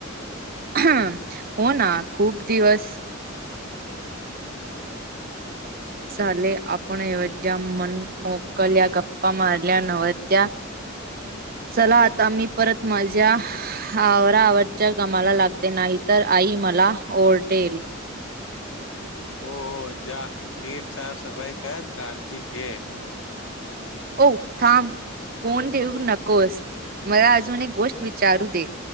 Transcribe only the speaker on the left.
<inaudible>
हो हो जा नीट साफसफाई कर काळजी घे.